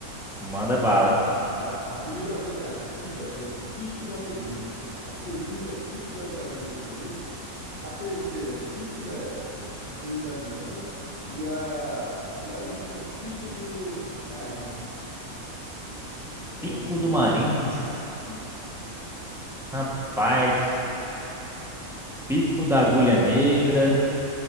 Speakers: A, in the centre; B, on the left.
A: Manda bala.
B: Tá, a primeira alternativa é Pico da Neblina. A segunda é Pico das Agulhas Negras. A terceira é Pico da, do Italiano. E a, e a última é Pico do Marins. Qual
A: Pico
B: você
A: do
B: vai?
A: Marins,
B: Isso.
A: rapaz, Pico da Agulha Negra.